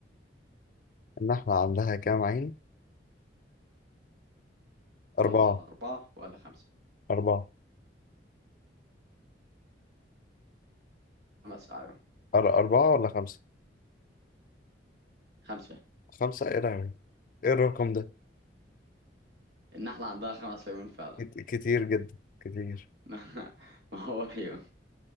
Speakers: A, on the left; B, on the right.
A: النحلة عندها كام عين؟ أربعة
B: ولا اربعه ولا خمسه
A: أربعة
B: خمس اعين
A: أر- أربعة ولا خمسة؟
B: خمسه
A: خمسة إيه لهوي إيه الرقم ده؟
B: النحله عندها خمس عيون فعلا
A: كت- كتير جدا كتير
B: <laughs> ما ما هو ايوه